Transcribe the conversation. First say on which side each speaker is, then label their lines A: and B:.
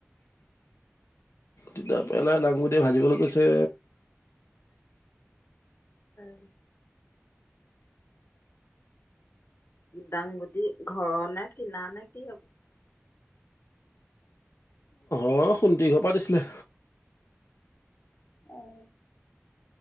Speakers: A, on the left; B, on the left.
A: তিতাকেৰেলা দাংবদিযে ভাজিবলৈ কৈছে
B: উম দাংবদি ঘৰ নে কিনা নে কি হয়
A: অঁ শুন্তীযৰৰ পৰা দিছিলে
B: আহ